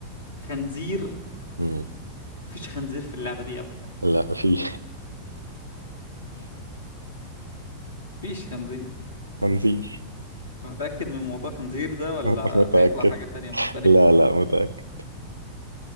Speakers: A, on the left; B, on the right.
A: خنزير
B: مم.
A: مفيش خنزير في اللعبة دي ابدا
B: لا في
A: مفيش خنزير
B: <laughs> خنزير
A: انت متأكد من موضوع خنزير ده ولا
B: <laughs> متأكد
A: هيطلع حاجة تانية مختلفة
B: لا لا متأكد